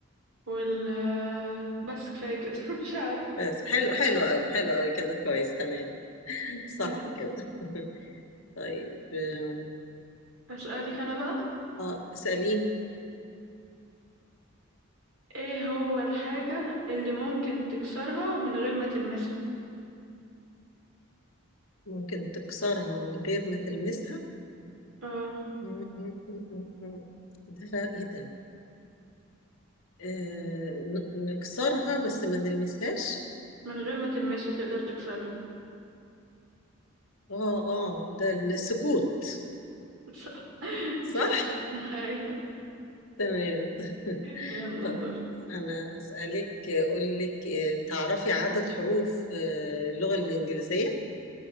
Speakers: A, on the right (about 80°); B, on the left (about 85°).
A: وال آه، بس كفاية كده <laughs> مش عارف
B: بس حلو حلو قوي حلو قوي كده كويس تمام <laughs> صح
A: ماشي
B: كده <laughs> طيب آه،
A: أسألك أنا بقى
B: اه اسأليني
A: ايه هو الحاجة اللي ممكن تكسرها من غير ما تلمسها
B: ممكن تكسرها من غير ما تلمسها
A: اه
B: م- م- م- م- م. ده بقى ايه ده آه ن- نكسرها بس ما نلمسهاش
A: من غير ما تلمسها تقدر تكسرها
B: اه اه ده السكوت
A: صح <laughs>
B: صح
A: شاطر <laughs> ايوه
B: <laughs> تمام <laughs>
A: يلا
B: طب
A: دور
B: انا هسألك اقول لك آه، تعرفي عدد حروف آه، اللغة الإنجليزية